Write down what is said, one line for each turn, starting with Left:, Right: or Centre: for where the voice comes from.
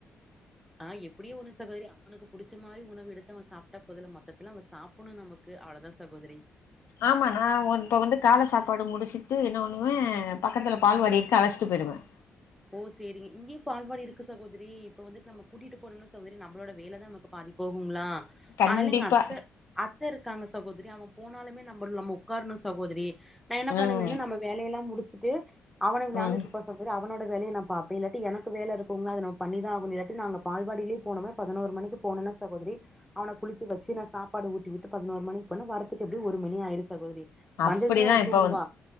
Centre: ஆஹ் எப்படியே ஒண்ணு சகோதரி அவனுக்கு புடிச்ச மாரி உணவு அவன் சாப்பிட்டா போதுதல மொத்தத்துல அவன் சாப்பிடணும் நமக்கு அவ்வளவுதான் சகோதரி
Left: ஆமா நான் இப்ப வந்து கால சாப்பாடு முடிச்சிட்டு இன பண்ணுவேன் பக்கத்துல பால்வடி இருக்கு அழைச்சிட்டு போயிடுவேன்
Centre: ஓ சரிங்க இங்கேயும் பால்வாடு இருக்கு சகோதரி இப்ப வந்துட்டு நம்ம கூட்டிட்டு போனோம்னா சகோதரி நம்மளோட வேலைதான் நமக்கு பாதி போகுங்களா
Left: கண்டிப்பா
Centre: ஆனால இங்க அத்த அத்த இருக்காங்க சகோதரி அவன் போனாலுமே நம்ம நம்ம உட்காரணும் சகோதரி நான் என்ன
Left: ம்
Centre: பண்ணுவேன்னு நம்ம வேலையல்லாம் முடிச்சு ட்டு அவனு விளாண்டட்டு
Left: ம்
Centre: இருப்பான் சகோதரி அவனோட வேலயும்நான் பாப்பே அப்டி இல்லாடி எனக்கு வேலை இருக்குோங்களா அத நம்ப பண்ணிதான் அகவும் இல்லாட்டி நாங்க பால்பாடியிலய போனோனா பதினரு மணிக்கு போனன்னா சகோதரி அவனை குளித்து வச்சு நான் சாப்ப பாடு உட்டிவிட்டு பதினோரு மணி வரத்துக்கு எப்படி ஒரு மணி ஆயிருும் சகோதரி
Left: அப்படிதா
Centre: வந்ததுமே
Left: இப்ப
Centre: தூங்குவா
Left: வந்